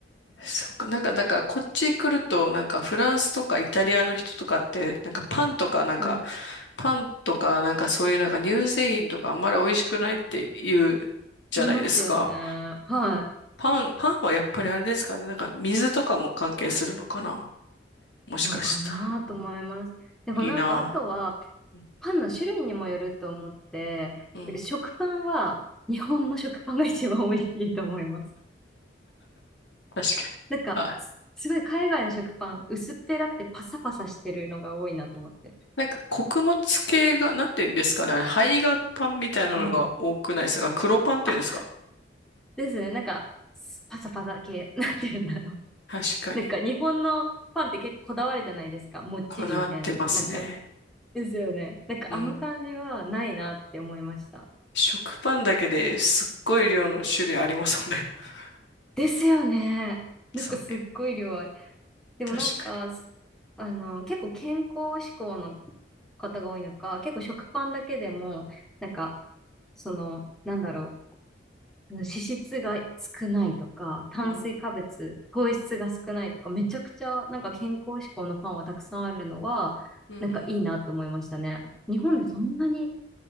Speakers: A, on the left; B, in the centre.
A: あ、そうか。なんか、だから、こっち来ると、なんか、フランスとかイタリアの人とかって、なんか、パンとか、なんか、
B: はい。
A: パンとか、なんか、そういう、なんか、乳製品とか、あんまり美味しくないって言うじゃないですか。
B: いますよね。はい。
A: パン、パンはやっぱりあれですかね。なんか、水とかも関係するのかな。もしかしたら。
B: のかなと思います。でもなんかあとは
A: いいなあ。
B: パンの種類にもよると思って、
A: うん。
B: だから食パンは日本の食パンが一番美味しいと思います。
A: 確かに。
B: なんかすすごい海外の食パン薄っぺらくてパサパサしてるのが多いなと思って。
A: あなんか穀物系が、なんて言うんですかね。あれ、胚芽パンみたいなのが多くないですか黒パンっていうんですか
B: うん。あ、ですね。なんかすパサパサ系、なんて言うんだろう。
A: 確かに。
B: なんか日本のパンって結構こだわるじゃないですか。もっちりみたいな、
A: こだわってますね。
B: なんか。ですよね。なんかあの感じはないなって思いました。
A: うん。食パンだけですっごい量の種類ありますもんね。<laughs>
B: ですよね。なんかすっごい量ある。
A: そう、
B: でもなんか、
A: 確か
B: すあの、結構健康志向の方が多いのか、結構食パンだけでも、なんか、その、なんだろう、脂質が少ないとか、炭水化物、
A: に。
B: 糖質が少ないとか、めちゃくちゃなんか健康志向のパンはたくさんあるのは、
A: うん。うん。
B: なんかいいなと思いましたね。日本でそんなに